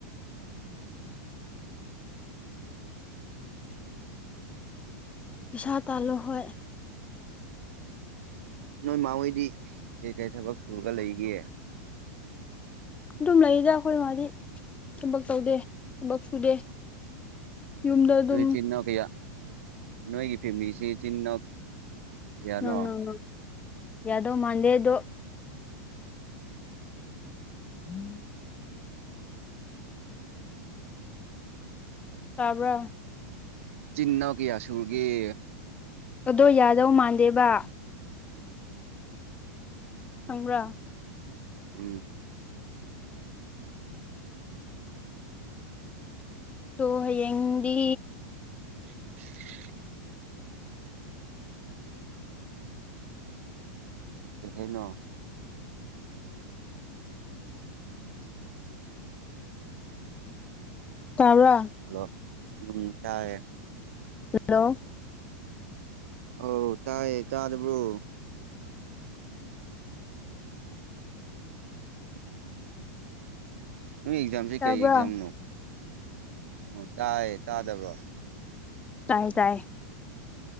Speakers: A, on the left (about 15°); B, on the right (about 55°).
A: ꯄꯩꯁꯥ ꯇꯥꯂꯨ ꯍꯣꯏ
B: ꯅꯣꯏ ꯃꯥꯍꯣꯏꯗꯤ ꯀꯩꯀꯩ ꯊꯕꯛ ꯁꯨꯔꯒ ꯂꯩꯒꯦ
A: ꯑꯗꯨꯝ ꯂꯩꯔꯤꯗ ꯑꯩꯈꯣꯏ ꯃꯥꯗꯤ ꯊꯕꯛ ꯇꯧꯗꯦ ꯊꯕꯛ ꯁꯨꯗꯦ ꯌꯨꯝꯗ ꯑꯗꯨꯝ
B: ꯅꯣꯏ ꯆꯤꯟꯅ ꯀꯌꯥ ꯅꯣꯏꯒꯤ ꯐꯦꯃꯤꯂꯤꯁꯤ ꯆꯤꯟꯅꯣꯛ ꯌꯥꯅꯣ
A: ꯅꯪ ꯅꯪ ꯅꯪ ꯌꯥꯗꯧ ꯃꯥꯟꯗꯦ ꯑꯗꯣ ꯎꯝ <inaudible> ꯇꯥꯕ꯭ꯔ
B: ꯆꯤꯅ ꯀꯌꯥ ꯁꯨꯔꯒꯤ
A: ꯑꯗꯣ ꯌꯥꯗꯧ ꯃꯥꯟꯗꯦꯕ ꯈꯪꯕ꯭ꯔꯥ
B: ꯎꯝ
A: ꯇꯣꯍꯌꯦꯗꯤ
B: <unintelligible> ꯀꯩꯅꯣ
A: ꯇꯥꯕ꯭ꯔꯥ
B: ꯍꯜꯂꯣ ꯎꯝ ꯇꯥꯑꯦ
A: ꯍꯜꯂꯣ
B: ꯑꯧ ꯇꯥꯏꯌꯦ ꯇꯥꯗꯕ꯭ꯔꯣ ꯅꯣꯏ ꯑꯦꯛꯖꯥꯝꯁꯤ
A: ꯇꯥꯕ꯭ꯔꯥ
B: ꯀꯔꯤ ꯑꯦꯛꯖꯥꯝꯅꯣ ꯑꯣ ꯇꯥꯏꯌꯦ ꯇꯥꯗꯕ꯭ꯔꯣ
A: ꯇꯥꯏ ꯇꯥꯏ